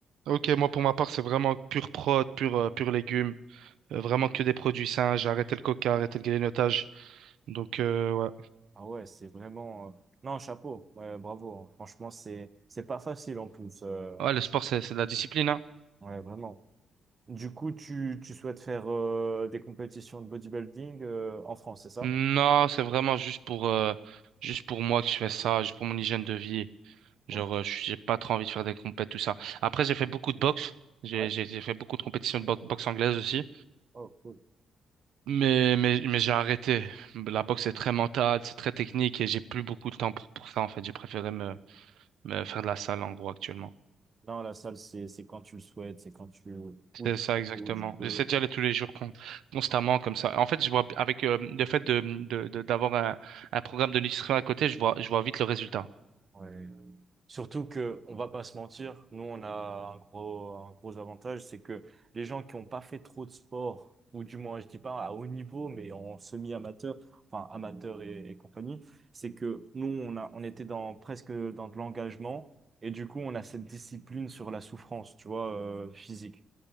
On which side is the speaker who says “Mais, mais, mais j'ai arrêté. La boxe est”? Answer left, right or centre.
Right